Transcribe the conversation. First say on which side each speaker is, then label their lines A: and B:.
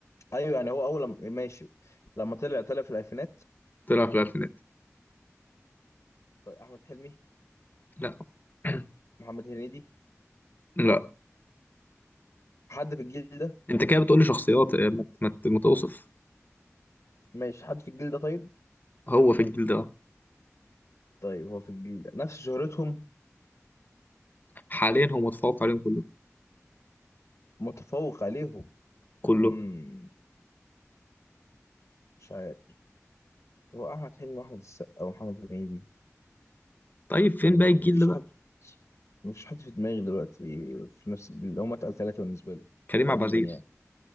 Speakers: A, on the left; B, on the left.
A: ايوه يعني هو اول لما ماشي لما طلع طلع في الالفينات
B: طلع في الالفينات
A: طيب احمد حلمي
B: لا <clears throat>
A: محمد هنيدي
B: لا
A: حد في الجيل ده
B: انت كده بتقولي شخصيات آه، ما ما- ما توصف
A: ماشي حد في الجيل ده طيب
B: هو في الجيل ده
A: طيب هو في الجيل ده نفس شهرتهم
B: حاليا هو متفوق عليهم كلهم
A: متفوق عليهم
B: كلهم
A: امم مش عارف هو احمد حلمي واحمد السقا ومحمد هنيدي
B: طيب فين
A: امم
B: باقي الجيل
A: مفيش
B: ده بقى
A: حد مفيش حد في دماغي دلوقتي في نفس الجيل هم اتقل ثلاثه بالنسبه لي
B: كريم
A: تقريبا
B: عبد العزيز
A: يعني